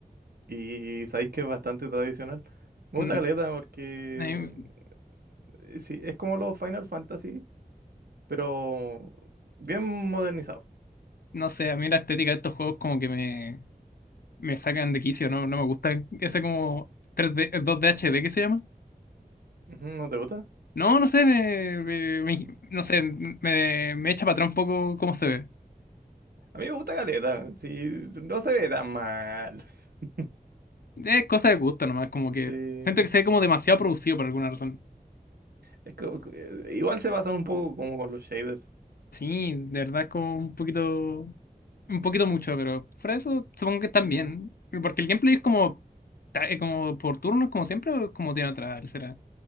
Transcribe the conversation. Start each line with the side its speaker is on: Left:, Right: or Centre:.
Right: y sabéis que es bastante tradicional. Me
Left: Mm,
Right: gusta caleta porque
Left: eh,
Right: eh, sí, es como los Final Fantasy, pero bien modernizado.
Left: No sé, a mí la estética de estos juegos como que me, me sacan de quicio, no, no me gusta ese como 3D, 2D HD, ¿qué se llama?
Right: Ujú, ¿No te gusta?
Left: No, no sé, me, me- me- no sé, me, me echa para atrás un poco cómo se ve.
Right: A mí me gusta caleta, sí, no se ve tan mal. <laughs>
Left: Es cosa de gusto nomás, como que
Right: Sí.
Left: siento que se ve como demasiado producido por alguna razón.
Right: Es que, eh, igual se basan un poco como con los shaders.
Left: Sí, de verdad es como un poquito, un poquito mucho, pero fuera de eso supongo que están
Right: Ujú.
Left: bien. Porque el gameplay es como, ta- eh, como por turnos, como siempre, o como tiene atrás, será.